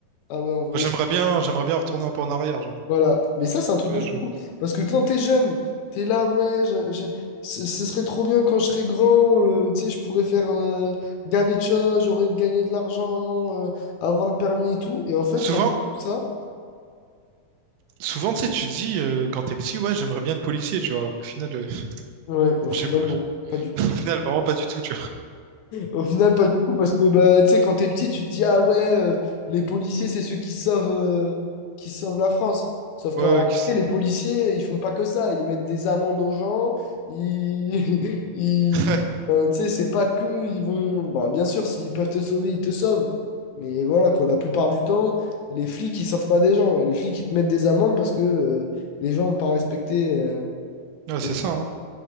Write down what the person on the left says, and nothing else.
ah ouais en vrai
Voilà. Mais ça, c'est un truc
de fou.
Parce que quand t'es jeune, t'es là, ouais, je- je- ce ce serait trop bien quand je serais grand, euh, tu sais, je pourrais faire euh, gaver de choses, j'aurais gagné de l'argent, euh, avoir le permis et tout. Et en fait,
pendant tout ça,
ouais, au final,
non, pas du tout.
Au final, pas du tout, parce que bah, tu sais, quand t'es petit, tu te dis, ah ouais, euh, les policiers, c'est ceux qui sauvent, euh, qui sauvent la France. Sauf
qu'en
réalité, les policiers, ils font pas que ça. Ils mettent des amendes aux gens. Ils, <laughs> ils-
euh, tu sais, c'est pas que ils vont. Bon, bien sûr, s'ils peuvent te sauver, ils te sauvent. Mais voilà, quoi, la plupart du temps, les flics, ils sauvent pas des gens. Les flics, ils te mettent des amendes parce que euh, les gens n'ont pas respecté. euh,
les-